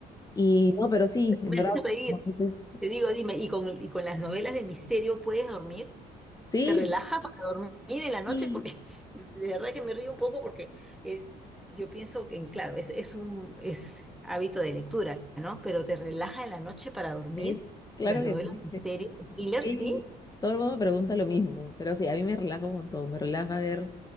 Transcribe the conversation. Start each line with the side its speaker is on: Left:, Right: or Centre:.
Left: Y no, pero sí, en
Centre: Me
Left: verdad,
Centre: haces reír.
Left: como dices,
Centre: Te digo, dime, ¿y con, y con las novelas de misterio puedes dormir?
Left: sí,
Centre: te relaja para dormir en la noche
Left: Sí,
Centre: porque <laughs> de verdad que me río un poco porque eh, yo pienso que, claro, es, es un es hábito de lectura, ¿no? Pero te relaja en la noche para dormir.
Left: sí, claro
Centre: Las novelas
Left: que sí.
Centre: de misterio,
Left: <laughs>
Centre: de thriller,
Left: Sí,
Centre: sí,
Left: todo el mundo me pregunta lo mismo, pero sí, a mí me relaja un montón, me relaja ver